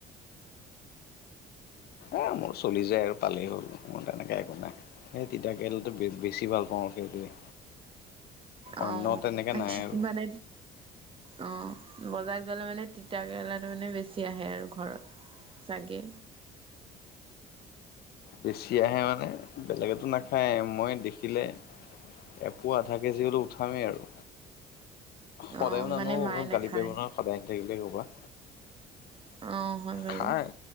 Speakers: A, on the left; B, on the right.
A: এ মোৰ চলি যায় আৰু পালেই হ'ল। মোৰ তেনেকোৱা একো নাই। এই তিতা কেৰেলটো, বে-বেছি ভাল পাওঁ! সেইটোৱে।
B: অ'!
A: অন্য তেনেকে
B: বাকী
A: নাই আৰু।
B: মানে, অ'! বজাৰত গ'লে মানে, তিতা কেৰেলাটো মানে, বেছি আহে আৰু ঘৰত। চাগে।
A: বেছি আহে মানে, বেলেগতো নাখায়। মই দেখিলে এপোৱা, আধা কেজি হ'লেও, উঠামেই আৰু। সদায়ও
B: অ'
A: নানো
B: মানে
A: আৰু।
B: মায়ে
A: ঘৰত
B: নাখায়।
A: গালি পাৰিব নহয়, সদায় আনি থাকিলে সেইসোপা।
B: অ'! হয়। বাৰু
A: খায়।